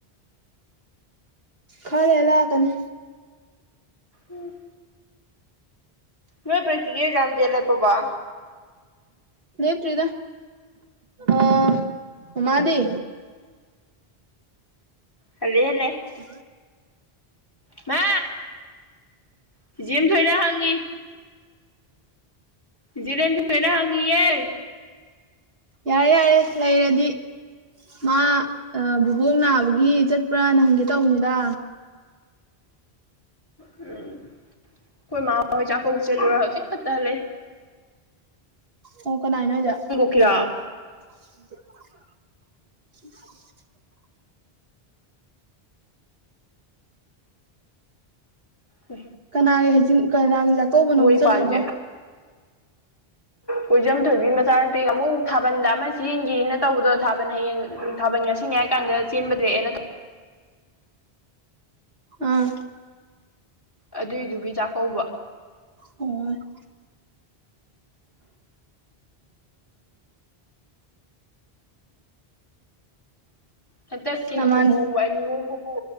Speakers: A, on the right; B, on the left.
A: ꯈꯜꯂꯦ ꯂꯥꯛꯀꯅꯤ
B: ꯎꯝ ꯅꯣꯏ ꯄ꯭ꯔꯦꯛꯇꯤꯛꯦꯜ ꯑꯦꯛꯖꯥꯝꯦ ꯂꯦ ꯄꯣꯕꯥ
A: ꯅꯦꯞꯇ꯭ꯔꯤꯗ ꯑ ꯃꯥꯗꯤ
B: ꯑꯗꯨꯗꯅꯦ
A: ꯎ
B: ꯃꯥ ꯁꯤꯤꯖꯦꯝ ꯊꯣꯏꯅ ꯍꯪꯉꯤ ꯖꯤꯩꯅꯗꯅ ꯍꯪꯉꯤꯑ
A: ꯌꯥꯔꯦ ꯌꯥꯔꯦ ꯂꯩꯔꯗꯤ ꯃꯥ ꯕꯨꯕꯣꯛ ꯅꯥꯕꯒꯤ ꯆꯠꯄ꯭ꯔꯥ ꯅꯪꯒꯦ ꯇꯧꯕꯅꯤꯗ
B: ꯎꯝ ꯑꯩꯈꯣꯏꯃꯃꯥ ꯍꯣꯏꯖꯥꯛ ꯀꯧ ꯆꯠꯂꯨꯔ ꯍꯧꯖꯤꯛ ꯈꯛꯇ ꯂꯩ
A: ꯑꯣ ꯀꯅꯥꯅꯣ ꯑꯣꯖꯥ
B: ꯀꯔꯌꯥ
A: <inaudible>
B: ꯎ
A: ꯀꯅꯥꯒꯤ ꯍꯩꯖꯤꯡ ꯀꯅꯥꯒꯤ ꯆꯥꯛꯀꯧꯕꯅꯣꯕꯨ
B: ꯏꯄꯥꯟꯖꯦ
A: ꯆꯠꯂꯤꯕꯣ
B: ꯀꯣꯏꯖꯝ ꯊꯣꯏꯕꯤ ꯃꯆꯥꯅꯨꯄꯤ ꯑꯃꯨꯛ ꯊꯥꯕꯟꯗ ꯑꯃ ꯆꯦꯟꯈꯤ ꯅ ꯇꯧꯕꯗꯣ ꯊꯥꯕꯟ ꯍꯌꯦꯡ ꯊꯥꯕꯜ ꯉꯁꯤꯅꯤ ꯍꯥꯏ ꯀꯥꯟꯗ ꯆꯦꯟꯕꯗꯨꯑꯦ
A: ꯑꯥ
B: ꯑꯗꯨꯏꯗꯨꯒꯤ ꯆꯥꯛꯀꯧꯕ
A: ꯑꯣ <inaudible>
B: ꯍꯟꯇꯛꯀꯤ
A: ꯅꯃꯥꯟ
B: ꯂꯨꯍꯣꯡꯕ ꯍꯥꯏ ꯂꯨꯍꯣꯡꯕꯕꯨ